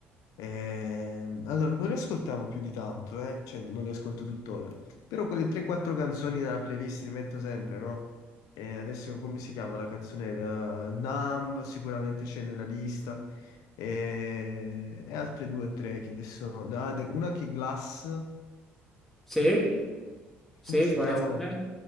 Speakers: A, on the left; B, in the centre.
A: Ehm, allora, non li ascoltavo più di tanto, eh? Cioè, non li ascolto tuttora. Però quelle 3-4 canzoni nella playlist li metto sempre, no? E adesso come si chiama la canzone? Eh, Numb sicuramente c'è nella lista e, e altre due o tre che adesso... no, de- una che è Glass,
B: Sì? Sì,
A: come si
B: può
A: chiama?
B: essere.